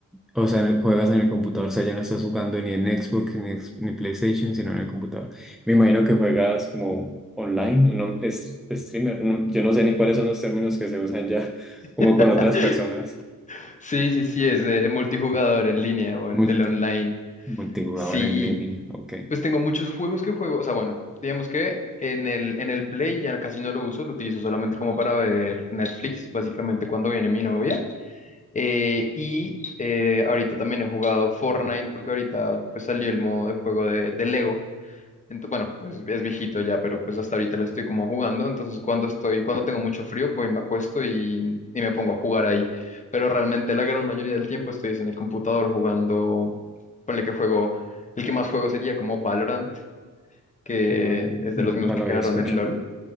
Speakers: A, in the centre; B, on the left.
A: O sea, juegas en el computador, o sea, ya no estás jugando ni en Xbox ni, ex- ni PlayStation, sino en el computador. Me imagino que juegas como online, ¿no? Es streamer, no- yo no sé ni cuáles son los términos que se usan ya, <laughs>
B: <laughs>
A: como con otras personas.
B: Sí, sí, sí, es de multijugador en línea o en
A: Multi-
B: el online.
A: multijugador
B: Sí,
A: en línea, ok.
B: Pues tengo muchos juegos que juego, o sea, bueno, digamos que en el, en el Play ya casi no lo uso, lo utilizo solamente como para ver Netflix, básicamente cuando viene mi novia. Eh, y eh, ahorita también he jugado Fortnite porque ahorita pues salió el modo de juego de, de Lego. Entonces, bueno, es, es viejito ya, pero pues hasta ahorita lo estoy como jugando. Entonces cuando estoy, cuando tengo mucho frío, voy, me acuesto y, y me pongo a jugar ahí. Pero realmente la gran mayoría del tiempo estoy es en el computador jugando, ponle que juego... El que más juego sería como Valorant, que
A: Vale, nunca
B: es de los mismos que
A: lo había
B: crearon
A: escuchado.
B: el LOL.